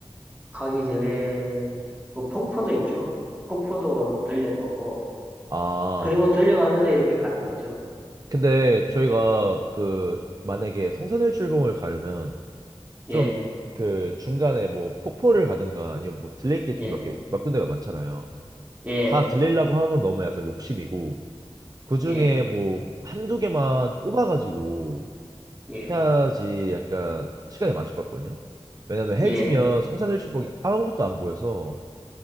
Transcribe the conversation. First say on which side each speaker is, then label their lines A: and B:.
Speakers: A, on the right (about 15°); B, on the right (about 35°).
A: 가기 전에 그 폭포도 있죠. 폭포도 한번 들려보고,
B: 아,
A: 그리고 들려가면서 이렇게 가는 거죠.
B: 근데 저희가 그 만약에 성산일 출봉을 가려면 좀
A: 예,
B: 그 중간에 뭐 폭포를 가든가 아니면 뭐 들릴 게 좀
A: 예,
B: 몇 개, 몇 군데가 많잖아요.
A: 예,
B: 다 들리려고 하면 너무 약간 욕심이고 그중에
A: 예,
B: 뭐 한두 개만 꼽아가지고
A: 예,
B: 해야지 약간 시간이 맞을 것 같거든요. 왜냐면 해지면
A: 예.
B: 성산일 출봉이 아무것도 안 보여서